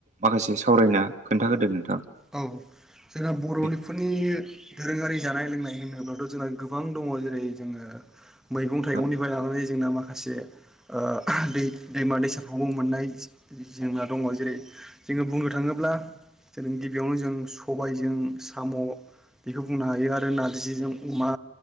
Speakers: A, on the right; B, in the centre.
A: माखासे सावरायना खोन्थागोदो नोंथां
B: औ जोंना बर'फोरनि
A: दे
B: दोरोङारि जानाय लोंनाय होनोब्लाथ' जोंहा गोबां दङ जेरै जोङो मैगं थाइगंनिफ्राय
A: औ
B: लानानै जोंना मा माखासे ओ दै दैमा दैसाफ्रबो मोननाय जोंना दङ जेरै जोङो बुंनो थाङोब्ला जों बेयावनो जों सबायजों साम' बेखौ बुंनो हायो आरो नारजिजों अमा